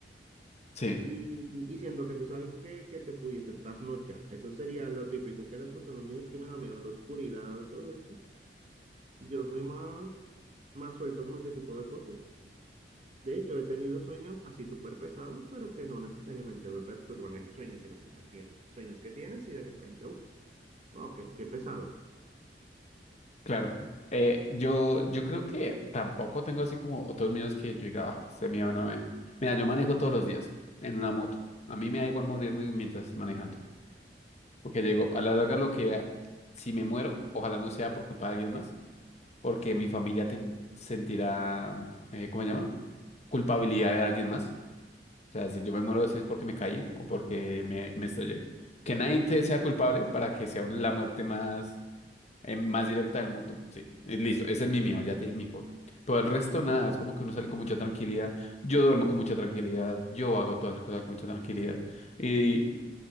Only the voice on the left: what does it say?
Sí,
claro. Eh, yo, yo creo que tampoco tengo así como otros miedos que yo diga, ah, ese miedo no me. Mira, yo manejo todos los días en una moto. A mí me da igual morirme mientras esté manejando. Porque llego, a la larga lo que, si me muero, ojalá no sea por culpa de alguien más, porque mi familia ten- sentirá, eh, ¿cómo se llama? culpabilidad de alguien más. O sea, si yo me muero, si es porque me caí o porque me, me estrellé. Que nadie te sea culpable para que sea un- la muerte más, eh, más directa del mundo. Sí, eh, listo, ese es mi miedo, ya te dije mi fobi. Todo el resto, nada, es como que uno sale con mucha tranquilidad. Yo duermo con mucha tranquilidad, yo hago todas mis cosas con mucha tranquilidad. Y,